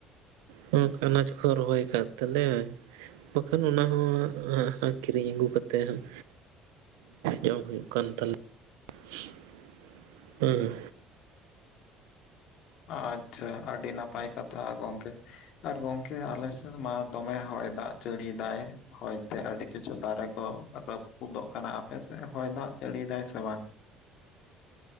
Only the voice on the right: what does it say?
ᱦᱚᱸ ᱟᱱᱟᱪ ᱠᱚ ᱨᱚᱦᱚᱭ ᱠᱟᱜ ᱛᱮᱞᱮ ᱾ ᱵᱟᱠᱷᱟᱱ ᱚᱱᱟ ᱦᱚᱸ ᱟᱠᱷᱤᱨᱤᱧ ᱟᱹᱜᱩ ᱠᱟᱛᱮᱜ ᱦᱟᱸᱜ ᱡᱚᱢ ᱦᱩᱭᱩᱜ ᱠᱟᱱ ᱛᱟᱞᱮᱭᱟ ᱾ <inaudible> ᱦᱩᱸ᱾